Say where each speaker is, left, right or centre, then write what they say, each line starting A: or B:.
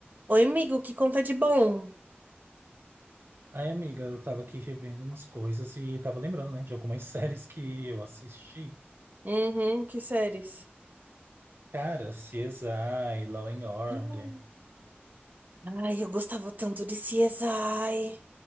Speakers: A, on the right; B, on the right.
A: Oi, amigo, que conta de bom?
B: Aí, amiga, eu tava aqui revendo umas coisas e tava lembrando, né, de algumas séries que eu assisti.
A: Uhum, que séries?
B: Cara, CSI, Law and Order.
A: Hum. Ai, eu gostava tanto de CSI.